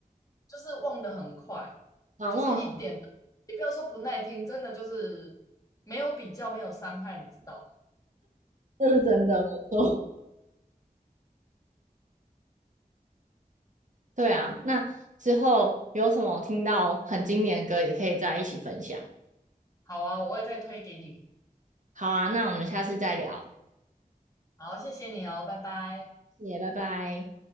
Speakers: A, on the left; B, on the right.
A: 就是忘得很快，
B: 啊，
A: 就是一点都，
B: 忘了，
A: 也不要说不耐听，真的就是没有比较，没有伤害，你知道的。
B: 这是真的，没错。对啊，那之后有什么听到很经典的歌，也可以再一起分享。
A: 好啊，我会再推给你。
B: 好啊，那我们下次再聊，
A: 好，谢谢你哦，拜拜。
B: 谢谢，拜拜。